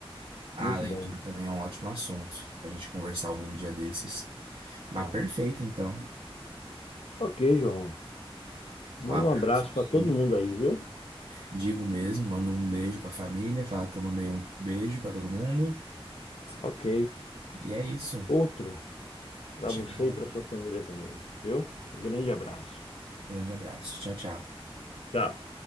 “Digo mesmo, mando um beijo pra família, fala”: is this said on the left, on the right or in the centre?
Right